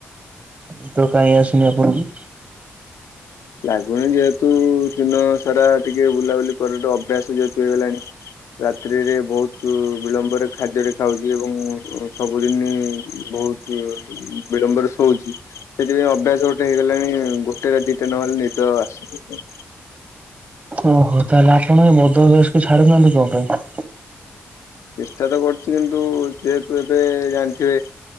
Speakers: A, on the right; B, on the left.
A: ନିଦ କାହିଁ ଆସୁନି ଆପଣକୁ।
B: ଲାଗୁନି ଯେହେତୁ ଦିନ ସାରା ଟିକେ ବୁଲାବୁଲି କରେ ତ ଅଭ୍ୟାସ ଯେହେତୁ ହେଇଗଲାଣି। ରାତ୍ରିରେ ବହୁତ୍ ବିଳମ୍ବରେ ଖାଦ୍ୟ ଟେ ଖାଉଛି ଏବଂ ସବୁଦିନ ବହୁତ୍ ବିଳମ୍ବରେ ଶୋଉଛି ସେଥିପାଇଁ ଅଭ୍ୟାସ ଗୋଟେ ହେଇଗଲାଣି ଗୋଟେ ରାତି ରାତି ନହଲେ ନିଦ ଆସୁନି।
A: ଓହୋ ତାହେଲେ ଆପଣ ଏ ମଦ ଅଭ୍ୟାସକୁ ଛାଡୁନାହାନ୍ତି କଣ ପାଇଁ।
B: ଚେଷ୍ଟା ତ କରୁଛି କିନ୍ତୁ ଯେହେତୁ ଏବେ ଜାଣିଥିବେ।